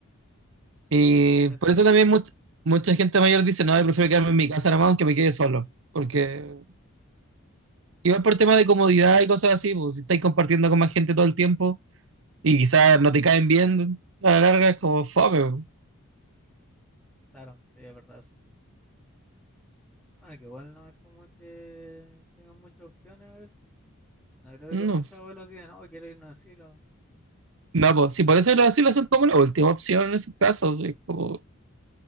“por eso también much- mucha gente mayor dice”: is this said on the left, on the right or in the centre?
Right